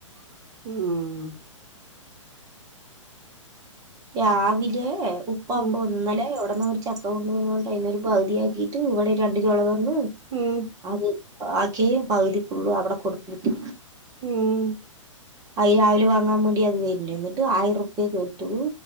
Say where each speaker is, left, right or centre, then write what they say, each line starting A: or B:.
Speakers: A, on the right (about 60°); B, on the right (about 20°).
A: ഉം
B: രാവിലേ ഉപ്പാപൊ
A: ഉം
B: വന്ന് ഇന്നലേ എവിടന്നോര് ചക്ക കൊണ്ട് വന്നു എന്നിട്ട് അയിന്നൊരു പവ്തി ആക്കീട്ട് ഇവടൊരു രണ്ട് ചൊള ത ഉം
A: ഉം
B: ആര് ആകെ പവ്തിക്കുള്ളു അവടെ കൊടുത്തു വിട്ടി
A: ഉം
B: അയ് രാവിലെ വാങ്ങാൻ വേണ്ടി അത് വര്ണ് ഇന്നിട്ട് ആയിരം ഉറുപി കെതൂ